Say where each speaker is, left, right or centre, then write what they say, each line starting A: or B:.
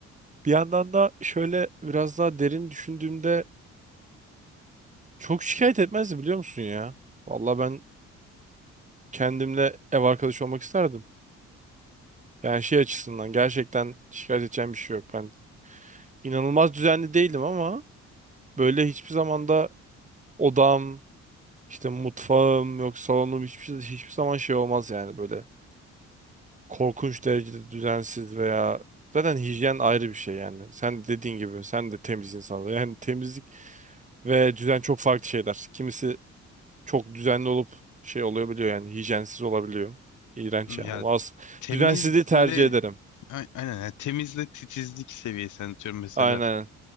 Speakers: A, on the right; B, on the left.
A: bir yandan da şöyle biraz daha derin düşündüğümde çok şikayet etmezdi biliyor musun ya? Vallahi ben kendimle ev arkadaşı olmak isterdim. Yani şey açısından gerçekten şikayet edeceğim bir şey yok. Ben inanılmaz düzenli değilim ama böyle hiçbir zamanda odam, işte mutfağım yok salonum hiçbir, hiçbir zaman şey olmaz yani böyle. korkunç derecede düzensiz veya zaten hijyen ayrı bir şey yani. Sen dediğin gibi sen de temiz insanlar. Yani temizlik ve düzen çok farklı şeyler. Kimisi çok düzenli olup şey olabiliyor yani hijyensiz olabiliyor. İğrenç
B: Yani
A: yani. Olmaz.
B: temizle
A: Düzensizliği tercih ederim.
B: A- Aynen yani temizle titizlik seviyesi anlatıyorum mesela
A: Aynen.